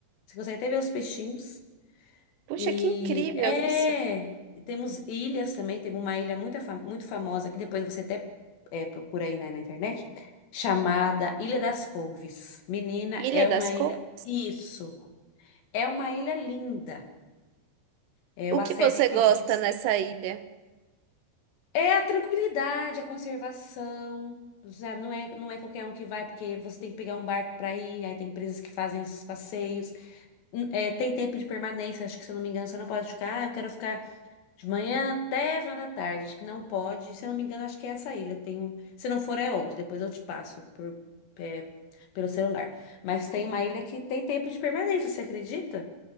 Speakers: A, on the left (about 75°); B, on the right (about 75°).
A: Você consegue até ver os peixinhos.
B: Puxa,
A: E
B: que incrível
A: é,
B: isso!
A: e temos ilhas também, temos uma ilha muito, muito famosa, que depois você até é, procura aí na, na internet, chamada Ilha das Couves. Menina,
B: Ilha
A: é
B: das
A: uma ilha,
B: Couras?
A: isso, é uma ilha linda. É,
B: O
A: o acesso
B: que você gosta
A: tem que... de-
B: nessa ilha?
A: É a tranquilidade, a conservação, sabe? Não é, não é qualquer um que vai, porque você tem que pegar um barco para ir, aí tem empresas que fazem esses passeios. Hum, é, tem tempo de permanência, acho que se eu não me engano, você não pode ficar, ah, eu quero ficar De manhã até final da tarde, acho que não pode. Se eu não me engano, acho que é essa ilha. Tem um... Se não for, é outra. Depois eu te passo por- é, pelo celular. Mas tem uma ilha que tem tempo de permanência, você acredita?